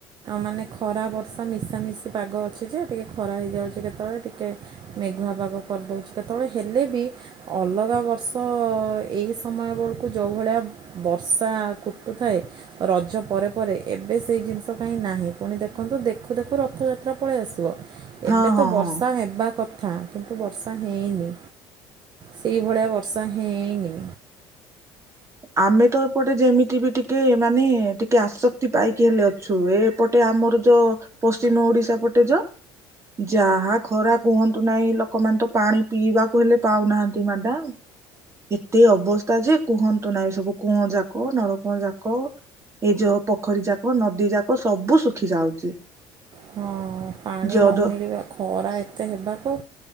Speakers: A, on the right; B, on the right.
A: ମାନେ ଖରା ବର୍ଷା ମିଶାମିଶି। ସେ ପାଗ ଅଛି ଯେ ଟିକେ ଖରା ହେଇଯାଉଛି କେତେବେଳେ ଟିକେ ମେଘୁଆ ପାଗ କରିଦେଉଛି କେତେବେଳେ ହେଲେ ବି। ଅଲଗା ବର୍ଷ ଏହି ସମୟ ବଳକୁ ଯଉଭଳିଆ ବର୍ଷା କୁଟୁଥାଏ ରଜ ପରେ ପରେ ଏବେ ସେଇ ଜିନିଷ କାହିଁ ନାହିଁ ପୁଣି ଦେଖ ତ ଦେଖୁ ଦେଖୁ ରଥଯାତ୍ରା ପଳେଇ ଆସିବ।
B: ହଁ
A: ଏବେ ତ
B: ହଁ
A: ବର୍ଷା
B: ହଁ
A: ହେବା କଥା କିନ୍ତୁ ବର୍ଷା ହେଇନି। ସେଇ ଭଳିଆ ବର୍ଷା ହେଇନି।
B: ଆମେ ତ ଏପଟେ ଯେମିତି ବି ଟିକେ ମାନେ ଟିକେ ଆସକ୍ତି ପାଇକି ହେଲେ ଅଛୁ ଏପଟେ ଆମ। ମୋର ଯୋ ପଶ୍ଚିମ ଓଡିଶା ପଟେ ଯୋ ଯାହା ଖରା କୁହନ୍ତୁ ନାହିଁ ଲୋକମାନେ ତ ପାଣି ପିଇବାକୁ ହେଲେ ପାଉନାହାନ୍ତି ମ୍ୟାଡାମ। ଏତେ ଅବସ୍ତା ଯେ କୁହନ୍ତୁ ନାହିଁ ସବୁ କୂଅଁ ଯାକ ନଳକୂଅ ଯାକ। ଏ ଯୋ ପୋଖରୀ ଯାକ ନଦୀ ଯାକ ସବୁ ଶୁଖି ଯାଉଛି।
A: ହଁ ପାଣି
B: ଯଦ
A: ନ ମିଳିବା ଖରା ଏତେ ହେବାକୁ